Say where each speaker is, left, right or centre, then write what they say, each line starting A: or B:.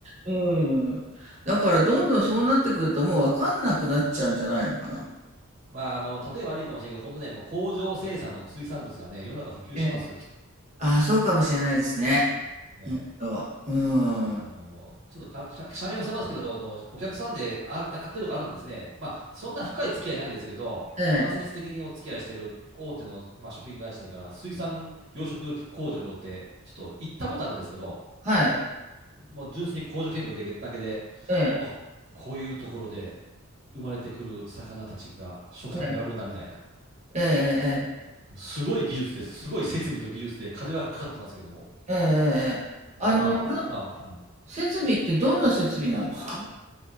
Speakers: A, on the right; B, on the right.
A: うん。だからどんどんそうなってくるともうわかんなくなっちゃうんじゃないのかな。
B: <laughs> まあ、あの、例え悪いかもしれないけど、本当ね、もう工場生産の水産物がね、世の中普及しますよ、
A: ええ。
B: きっと。
A: ああ、そうかもしれないですね。
B: ね
A: うんと。う
B: あの、
A: ん。
B: ちょっとか、社社名を伏せますけど、あの、お客さんである、やってるとかあるんですね。まあ、そんな深い付き合いないんですけど、
A: ええ。
B: 間接的にお付き合いしてる大手の、まあ、食品会社だから、水産養殖工場って、ちょっと行ったことあるんですけど、
A: はい。
B: もう純粋に工場見学でだけで、
A: ええ。
B: あ、こういうところで生まれてくる魚たちが食卓並ぶんだみたいな。
A: ええええ、
B: すごい技術です。すごい設備と技術で金はかかってますけども。
A: ええ、ええ、ええ、ええあの、
B: まあ、おまあ、
A: な
B: うん
A: 設備ってどんな設備なんですか